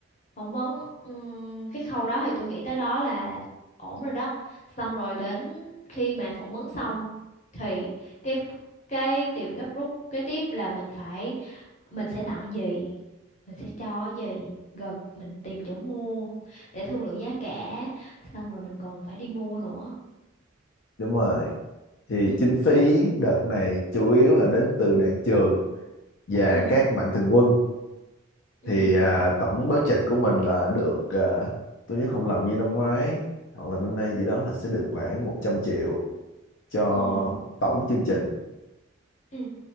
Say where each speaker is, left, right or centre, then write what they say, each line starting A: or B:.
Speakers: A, on the left; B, on the left.
A: phỏng vấn ừm, cái khâu đó thì tôi nghĩ tới đó là ổn rồi đó xong rồi đến khi mà phỏng vấn xong thì cái cái điều gấp rút kế tiếp là mình phải mình sẽ tặng gì mình sẽ cho cái gì rồi mình tìm chỗ mua để thương lượng giá cả xong rồi mình còn phải đi mua nữa
B: đúng rồi thì
A: ừ
B: kinh phí đợt này chủ yếu là đến từ đoàn trường và
A: ừ
B: các mạnh thường quân
A: ừ
B: thì à, tổng budget của mình là được à, tôi nhớ không lầm như năm ngoái hoặc là năm nay gì đó là sẽ được khoảng 100 triệu cho
A: ừ
B: tổng chương trình
A: ừ